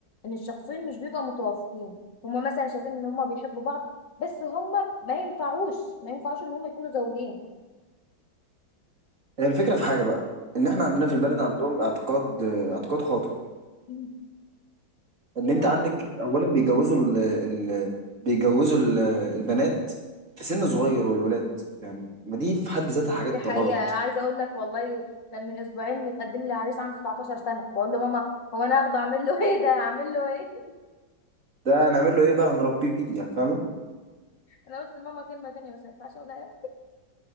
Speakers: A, on the left; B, on the right.
A: ان الشخصين مش بيبقوا متوافقين هما مثلا شايفين ان هما بيحبوا بعض بس هما ما ينفعوش ما ينفعوش ان هما يكونوا زوجين
B: هي الفكرة في حاجة بقى إن إحنا عندنا في البلد عندهم اعتقاد اعتقاد خاطئ
A: مم.
B: ان
A: ايه
B: انت
A: هو
B: عندك
A: ده
B: اولا بيجوزوا ال ال بيجوزوا ال البنات في سن صغير والولاد يعني ما دي في حد ذاتها حاجات
A: دي حقيقة
B: غلط
A: عايزة اقول لك والله كان من اسبوعين متقدم لي عريس عنده 19 سنة بقول له ماما هو انا هاخده اعمل له <laughs> ايه ده اعمل له ايه
B: ده هنعمل له ايه بقى هنربيه يعني فاهمه
A: انا قلت لماما كلمة تانية بس ما ينفعش اقولها لا